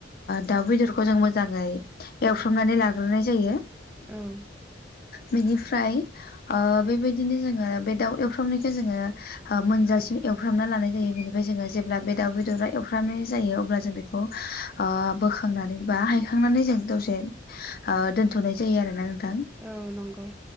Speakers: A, on the left (about 50°); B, in the centre.
A: दाउ बेदरखौ जों मोजाङै एवफ्रमनानै लाग्रोनाय जायो
B: औ
A: बेनिफ्राय ओ बेबायदिनो जोङो बे दाउ एवफ्रामनायखौ जोङो ओ मोनजासिम एवफ्र्रामना लानाय जायो बेनिफ्राय जोङो जेब्ला बे दाउ बेदरा एवफ्रामनाय जायो अब्ला जों बेदर खौ बोखांनानै बा हायखांनानै जों दसे ओ दोनथ'नाय जायो आरोना नोंथां
B: औ नंगौ